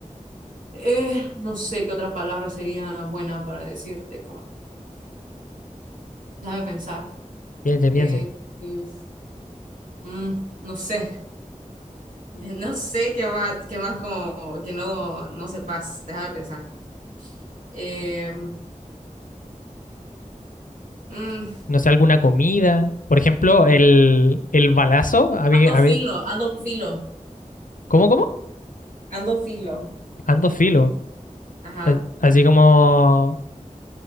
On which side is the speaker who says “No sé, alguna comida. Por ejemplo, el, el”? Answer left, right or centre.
Left